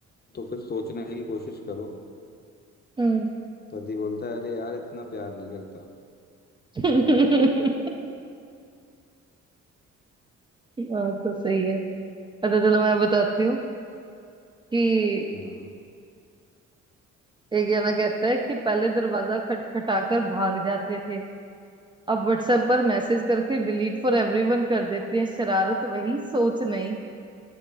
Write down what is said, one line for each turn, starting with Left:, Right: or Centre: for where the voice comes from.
Left: तो फिर सोचने की कोशिश करो
Right: हम्म
Left: पति बोलता है अरे यार इतना प्यार नहीं करता
Right: बात तो सही है अच्छा चलो मैं बताती हूँ कि
Left: हाँ
Right: एक जना कहता है कि पहले दरवाजा खटखटाकर भाग जाते थे अब व्हाट्सएप पर मैसेज करके डिलीट फॉर एवरीवन कर देते हैं शरारत वही सोच नहीं